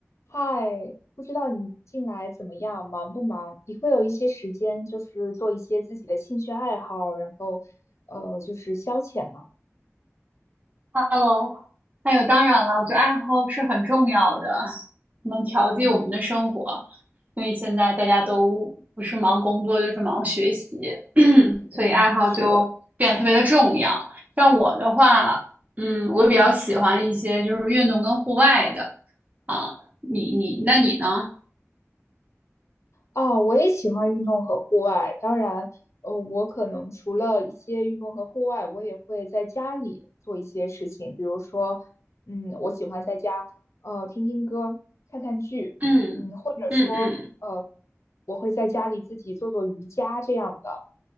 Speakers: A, on the left; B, on the right.
A: 嗨，不知道你近来怎么样，忙不忙？你会有一些时间，就是做一些自己的兴趣爱好，然后，呃，就是消遣吗？
B: Hello，还有当然了，我觉得爱好是很重要的，能调剂我们的生活。
A: 嗯
B: 因为现在大家都不是忙工作就是忙学习，<clears throat>
A: 嗯，
B: 所以爱好就变得特别的重要。
A: 是的，
B: 像我的话，嗯，我比较喜欢一些就是运动跟户外的
A: 嗯。
B: 啊。你你那你呢？
A: 哦，我也喜欢运动和户外。当然，呃，我可能除了一些运动和户外，我也会在家里做一些事情，比如说，嗯，我喜欢在家，呃，听听歌，看看剧，
B: 嗯嗯嗯
A: 嗯，或者说，呃，我会在家里自己做做瑜伽这样的。